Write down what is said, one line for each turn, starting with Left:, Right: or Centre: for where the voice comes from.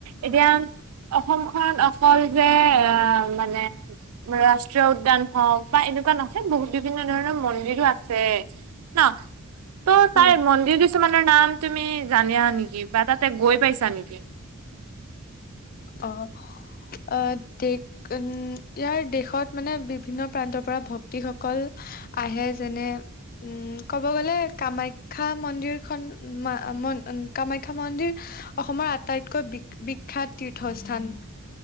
Right: এতিয়া অসমখন অকল যে আঁহ মানে- ৰাষ্ট্ৰীয় উদ্যান হওক বা এনেকুৱা নহয় যে বহুত বিভিন্ন ধৰণৰ মন্দিৰো আছে। ন? ত'
Left: হয়।
Right: তাৰ মন্দিৰ কিছুমানৰ নাম তুমি জানা নেকি বা তাতে গৈ পাইছা নেকি?
Left: অ' অ ঠিক- উম' ইয়াৰ দেশত মানে বিভিন্ন প্ৰান্তৰ পৰা ভক্তিসকল- আহে, যেনে- উম' ক'ব গ'লে কামাখ্যা মন্দিৰখন উম মন কামাখ্যা মন্দিৰ- অসমৰ আটাইতকৈ বিক বিখ্যাত- তীৰ্থস্থান।